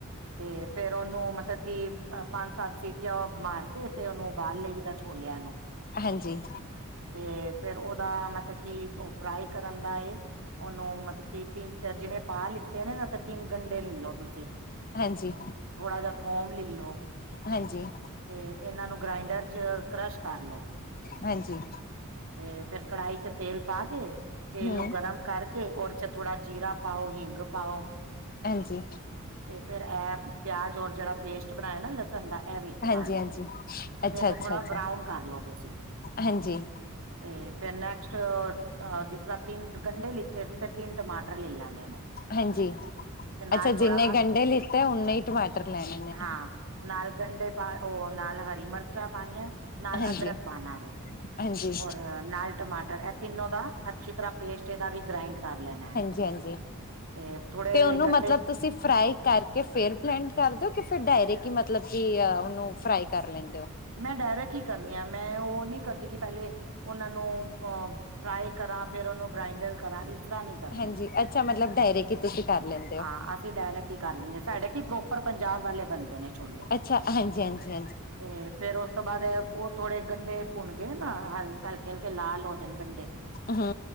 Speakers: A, on the right (about 70°); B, on the left (about 40°).
A: 'ਤੇ ਫੇਰ ਉਹਨੂੰ ਮਤਲਬ ਕਿ ਪੰਜ ਸੱਤ ਸੀਟੀਆਂ ਉਹ ਮਾਰ ਫਿਰ 'ਤੇ ਉਹਨੂੰ ਉਬਾਲ ਲਈ ਦਾ ਛੋਲਿਆ ਨੂੰ।
B: ਹਾਂਜੀ।
A: 'ਤੇ ਫੇਰ ਉਹਦਾ ਮਤਲਬ ਕੀ ਓ ਫਰਾਈ ਕਰਨ ਦਾ ਏ ਉਹਨੂੰ ਮਤਲਬ ਕਿ ਤਿੰਨ ਚਾਰ ਜਿਵੇਂ ਪਾ ਲੀ 'ਤੇ ਨੇ ਨਾ ਤੇ ਤਿੰਨ ਗੰਢੇ ਲੈ ਲੋ ਤੁਸੀਂ,
B: ਹਾਂਜੀ
A: ਥੋੜਾ ਜਾ ਥੋਮ ਲੈ ਲੋ।
B: ਹਾਂਜੀ।
A: 'ਤੇ ਇਹਨਾਂ ਨੂੰ ਗ੍ਰਇਡਰ 'ਚ ਕਰਸ਼ ਕਰ ਲੋ।
B: ਹਾਂਜੀ।
A: 'ਤੇ ਫੇਰ ਕੜਾਹੀ 'ਚ ਤੇਲ ਪਾ ਕੇ ਤੇਲ
B: ਹੂੰ
A: ਨੂੰ ਗਰਮ ਕਰਕੇ ਉਰ 'ਚ ਥੋੜਾ ਜੀਰਾ ਪਾਓ ਹਿੰਗ ਪਾਓ।
B: ਹਾਂਜੀ।
A: 'ਤੇ ਫੇਰ ਇਹ ਪਿਆਜ ਔਰ ਜਿਹੜਾ ਪੇਸਟ ਬਣਾਇਆ ਨਾ ਲਾ ਸਣ ਦਾ ਇਹ ਵਿੱਚ
B: ਹਾਂਜੀ
A: ਪਾ ਦੋ
B: ਹਾਂਜੀ
A: ਫੇ
B: ਅੱਛਾ
A: ਇਹਨੂੰ
B: ਅੱਛਾ
A: ਥੋੜਾ
B: ਅੱਛਾ
A: ਬਰਾਊਨ ਕਰ ਲੋ ਤੁਸੀਂ।
B: ਹਾਂਜੀ।
A: 'ਤੇ ਫੇਰ ਨੈਕਸਟ ਓ ਜਿਸ ਤਰ੍ਹਾਂ ਤਿੰਨ ਗੰਢੇ ਲਿੱਤੇ ਸੀ 'ਤੇ ਤਿੰਨ ਟਮਾਟਰ ਲੈ ਲੈਣੇ ਨੇ।
B: ਹਾਂਜੀ,
A: ਤੇ ਨਾਲ
B: ਅੱਛਾ ਜਿੰਨੇ
A: ਥੋੜਾ
B: ਗੰਢੇ ਲਿੱਤੇ ਉਨੇ ਈ ਟਮਾਟਰ ਲੈਣੇ ਨੇ।
A: ਹਾਂ ਨਾਲ ਗੰਢੇ ਪਾ, ਉਹ ਨਾਲ ਹਰੀ ਮਿਰਚਾਂ ਪਾਣੀਆਂ, ਨਾਲ
B: ਹਾਂਜੀ
A: ਅਦਰਕ ਪਾਣਾ ਵੇ।
B: ਹਾਂਜੀ
A: ਔਰ ਨਾਲ ਟਮਾਟਰ ਇਹ ਤਿੰਨੋ ਦਾ, ਅੱਛੀ ਤਰ੍ਹਾਂ ਪੇਸਟ ਇਹਦਾ ਵੀ ਗ੍ਰਾਇੰਡ ਕਰ ਲੈਣਾ ਐ।
B: ਜੀ ਹਾਂਜੀ।
A: ਤੇ ਥੋੜੇ
B: ਤੇ
A: ਜੇ
B: ਉਹਨੂੰ
A: ਗੰਢੇ
B: ਮਤਲਬ ਤੁਸੀਂ ਫਰਾਏ ਕਰਕੇ ਫਿਰ ਬਲੈਂਨਡ ਕਰ ਦਿਓ, ਕਿ ਫਿਰ ਡਾਇਰੇਕ ਈ ਮਤਲਬ ਕਿ ਉਹਨੂੰ ਫਰਾਈ ਕਰ ਲੈਂਦੇ ਓ।
A: ਮੈਂ ਡਾਇਰੈਕ ਈ ਕਰਨੀ ਆ, ਮੈਂ ਉਹ ਨੀ ਕਰਦੀ ਕਿ ਪਹਿਲੇ ਉਹਨਾਂ ਨੂੰ ਅਹ ਫਰਾਏ ਕਰਾਂ, ਫੇਰ ਉਹਨੂੰ ਬ੍ਰਾਇਡਰ ਕਰਾਂ ਇਸ ਸਰਾ ਨੀ ਕਰਦੀ
B: ਹਾਂਜੀ
A: ਮੈਂ,
B: ਅੱਛਾ ਮਤਲਬ ਡਾਇਰੇਕ ਹੀ ਤੁਸੀਂ ਕਰ ਲੈਂਦੇ
A: ਆ
B: ਹੋ
A: ਅਸੀਂ ਡਾਇਰੈਕਟ ਈ ਕਰ ਲੈਂਦੇ, ਸਾਡੇ ਕੀ ਪ੍ਰੋ ਪਰ ਪੰਜਾਬ ਵਾਲੇ ਬਨਦੇ ਨੇ ਛੋਲੇ।
B: ਅੱਛਾ ਹਾਂਜੀ ਹਾਂਜੀ
A: ਤੇ, ਫੇਰ ਉਸ ਤੋਂ ਬਾਅਦ, ਉਹ ਥੋੜੇ ਗੰਢੇ ਭੁਣ ਗਏ ਨਾ, ਹਲ ਹਲਕੇ-ਹਲਕੇ ਲਾਲ ਹੋ ਜਾਣ ਗੰਢੇ।
B: ਹੂੰ